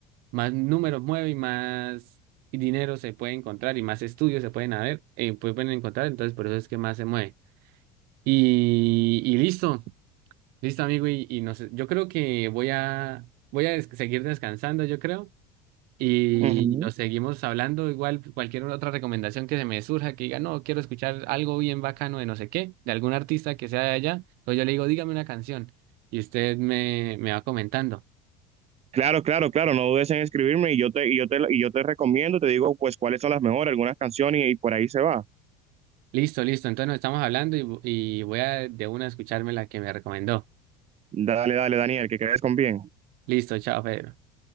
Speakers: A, on the right (about 55°); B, on the right (about 35°).
A: más números mueve y más dinero se puede encontrar y más estudios se pueden haber, eh, pueden encontrar, entonces por eso es que más se mueve. Y, y listo, listo amigo, y, y no sé, yo creo que voy a, voy a des- seguir descansando, yo creo, y,
B: Ujú.
A: y nos seguimos hablando, igual cualquier otra recomendación que se me surja, que diga, no, quiero escuchar algo bien bacano de no sé qué, de algún artista que sea de allá, entonces yo le digo, dígame una canción, y usted me, me va comentando,
B: Claro, claro, claro, no dudes en escribirme y yo te, y yo te, y yo te recomiendo, te digo pues cuáles son las mejores, algunas canciones y, y por ahí se va.
A: listo, listo, entonces nos estamos hablando y, y voy a de una escucharme la que me recomendó,
B: Dale, dale, Daniel, que crees con bien.
A: listo, chao Pedro.